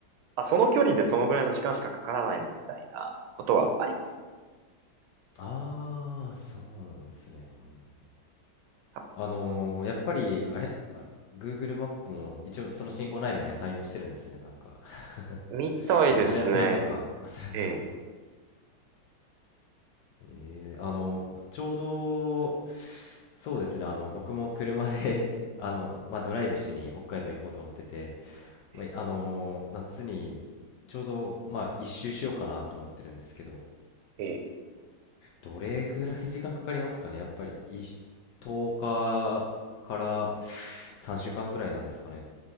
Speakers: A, on the right; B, on the left.
A: あ、その距離でそのぐらいの時間しかかからないのみたいなことはありますね。
B: ああ、そうなんですね。うん、
A: あ
B: あのーやっぱり、あれ、あ Google マップも一応その信号ないのには対応してるんですね、なんか。<laughs>
A: みたいですね。
B: あ、まあ、そりゃ、そりゃそうか。あ、そりゃそうだ。
A: ええ。
B: えー、あの、まちょうど、そうですね、あの、僕も車で <laughs> あの、まあ、ドライブしに北海道行こうと思ってて、
A: ええ、
B: まあ、あのー夏にちょうど、まあ、一周しようかなと思ってるんですけど、
A: ええ
B: どれぐらい時間かかりますかねやっぱりいし10日かから3週間ぐらいなんですかね